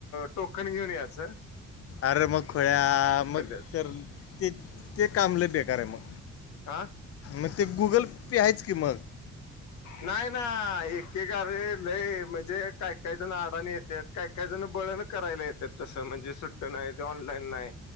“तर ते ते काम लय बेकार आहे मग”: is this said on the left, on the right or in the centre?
Left